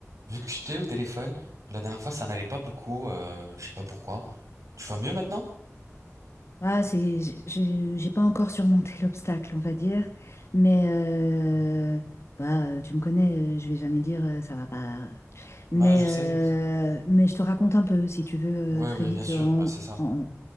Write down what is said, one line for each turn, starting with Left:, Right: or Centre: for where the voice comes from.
Right: Vu que j'étais au téléphone, la dernière fois, ça n'allait pas beaucoup, euh, je sais pas pourquoi. Tu vas mieux maintenant?
Left: Ah, c'est, j'ai j'ai- j'ai pas encore surmonté <laughs> l'obstacle, on va dire. Mais euh,
Right: Mhm.
Left: bah, euh, tu me connais, euh, je vais jamais dire euh, ça va pas. Mais,
Right: Ouais, je sais,
Left: euh,
Right: je sais.
Left: mais je te raconte un peu, si tu veux,
Right: Ouais,
Left: euh, très
Right: oui,
Left: vite,
Right: bien sûr,
Left: euh, en,
Right: ouais, c'est ça.
Left: en-